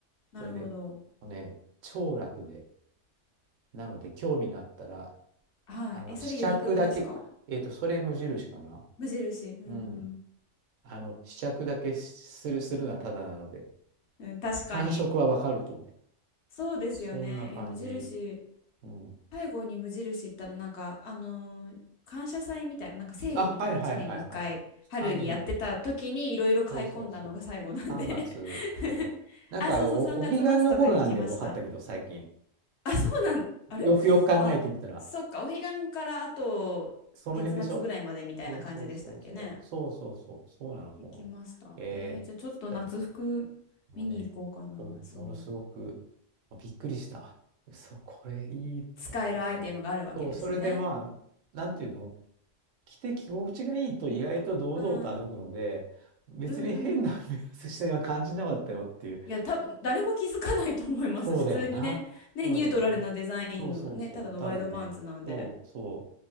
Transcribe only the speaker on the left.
なるほど。
はい。
え、それユニクロですか
無印。うん
うん。うん、確かに。
そうですよね。
え、無印。
最後に無印行ったらなんかあのー感謝祭みたいななんかセールみたいな1年に1回春にやってた時にいろいろ買い込んだのが最後なんで
<laughs>
あそうそう3月末とかに行きました
あそうなんあれあそっかお彼岸からあと月末ぐらいまでみたいな感じでしたっけね
行きましたえー、
じゃあちょっと夏服見に行こうかなそう
使えるアイテムがあるわけですね
うん
うんうん
いや、多分誰も気づかないと思います。
<laughs> 普通にね、ね、
ニュートラルなデザインのね、
ただのワイドパンツなんで、